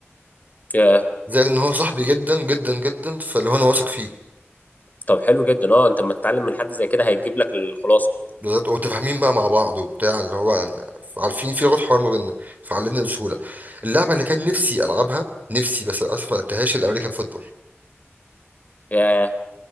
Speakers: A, on the left (about 35°); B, on the right (about 35°).
A: ياه
B: زائد ان هو صاحبي جدا جدا جدا فاللي هو انا واثق فيه
A: طب حلو جدا اه انت لما تتعلم من حد زي كده هيجيب لك الخلاصه
B: بالظبط ومتفاهمين بقى مع بعض وبتاع اللي هو يعني عارفين في لغة حوار ما بيننا فعلمنا بسهولة اللعبة اللي كان نفسي ألعبها نفسي بس للأسف ما لعبتهاش الأمريكان فوتبول
A: ياه